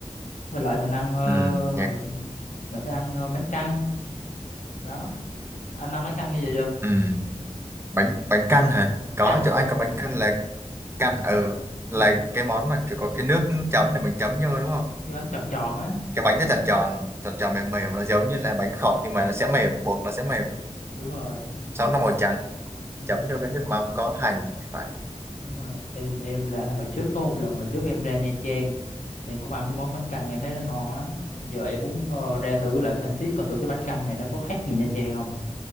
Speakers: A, on the left (about 75°); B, on the right (about 20°).
A: với lại mình ăn ờ,
B: ừ nhạc
A: mình, mình phải ăn ờ, bánh căn đó anh ăn bánh căn như vậy chưa
B: ừ. bánh bánh canh hả có
A: căn
B: chỗ anh có bánh canh là canh ừ
A: ừ,
B: là cái món mà kiểu có cái nước chấm để mình chấm vô đúng không
A: cái bánh tròn tròn á
B: cái bánh nó tròn tròn tròn tròn mềm mềm nó giống như là bánh khọt nhưng mà nó sẽ mềm bột nó sẽ mềm
A: đúng rồi
B: sau nó màu trắng
A: ừ,
B: chấm vô cái nước mắm có hành phải
A: đúng rồi em em là hồi trước có một lần hồi trước em ra Nha Trang em cũng ăn cái món bánh căn em thấy nó ngon lắm giờ em muốn ờ, ra thử lại Phan Thiết coi thử cái bánh căn này nó có khác gì Nha Trang không